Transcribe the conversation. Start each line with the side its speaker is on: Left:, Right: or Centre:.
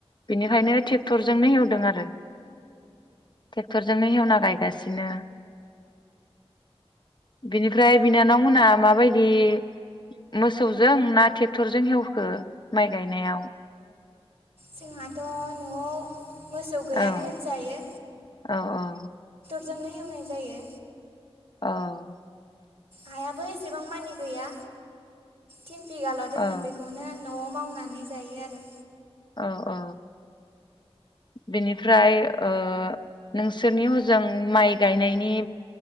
Left: बेनिखायनो टेक्टरजोंनो हेवदों आरो टेक्टरजोंनो हेवना गायगासिनो बिनिफ्राय बिनानाव मोना माबायदिमोसौजों ना थे टरजों हेवखो माइ गायनायाव
Right: जोंहाथ' न'आव मोसौ गैयानो
Left: औ
Right: होनजायो
Left: औ औ
Right: जोंनो एवनाय जायो
Left: औ
Right: हायाबो एसेबां मानि गैया तिन बिगाल' दोङो
Left: औ
Right: बेखौनो न'आव मावनानै जायो आरो
Left: औ औ बेनिफ्राय ओ नोंसोरनि हजों माइ गायनायनि